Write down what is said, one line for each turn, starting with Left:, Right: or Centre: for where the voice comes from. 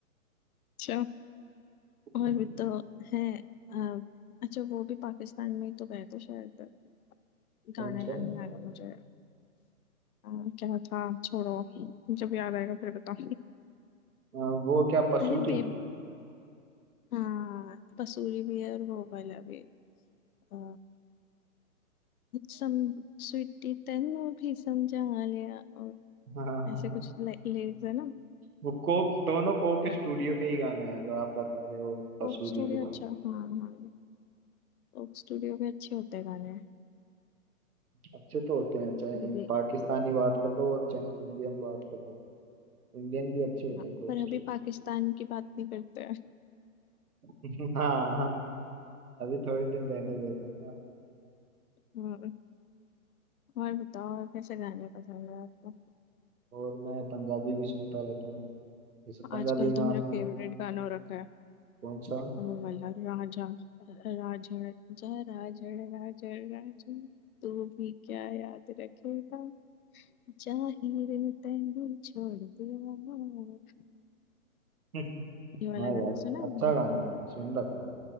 Left: अच्छा और
Right: <laughs>
Left: भी तो है अ, अच्छा वो भी पाकिस्तान में ही तो गए थे शायद
Right: कौन
Left: गाना याद
Right: सा
Left: नहीं आ रहा मुझे अ, क्या था छोड़ो जब याद आएगा फिर बताऊँ
Right: अ, वो क्या पसूरी
Left: अरे बेब हाँ पसूरी भी है और वो वाला भी अ, सम स्वीटी तेनू भी समझा लिया और
Right: हाँ
Left: ऐसे कुछ लिरिक्स है ना
Right: वो कोक दोनों कोक स्टूडियो के ही गाने हैं जो आप बता रहे हो पसूरी
Left: कोक स्टूडियो
Right: के
Left: अच्छा हाँ हाँ कोक स्टूडियो के अच्छे होते हैं गाने
Right: अच्छे तो होते हैं चाहे
Left: वो भी
Right: पाकिस्तानी बात कर लो चाहे इंडियन बात कर लो इंडियन भी अच्छे होते
Left: हाँ
Right: हैं कोक
Left: पर
Right: स्टूडियो
Left: अभी पाकिस्तान की बात नहीं करते हैं
Right: <laughs> हाँ हाँ अभी थोड़े दिन रहने देते हैं ना
Left: हाँ, और बताओ और कैसे गाने पसंद है आपको
Right: और मैं पंजाबी भी सुनता रहता हूँ जैसे पंजाबी
Left: आजकल
Right: में
Left: तो
Right: आपने
Left: मेरा फेवरेट गाना हो रखा है
Right: कौन सा
Left: वो वाला राजा राजड़ जा राजड़ राजड़ राजड़ तू भी क्या याद रखेगा जाहिर ने तैनू छोड़ दिया
Right: <laughs>
Left: ये वाला
Right: हाँ यार
Left: गाना सुना
Right: अच्छा
Left: आपने
Right: गाना है सुन रखा हूँ